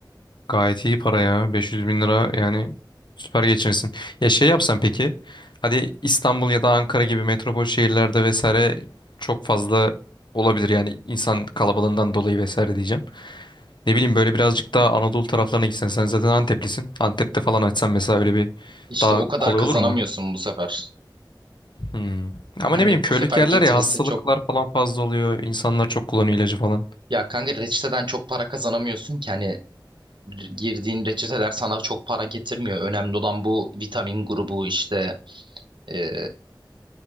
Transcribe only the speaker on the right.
İşte
o kadar
kazanamıyorsun
bu sefer.
Hani
bu sefer
getirisi
çok
ya kanka reçeteden çok para kazanamıyorsun ki hani girdiğin reçeteler sana çok para getirmiyor. Önemli olan bu vitamin grubu işte e,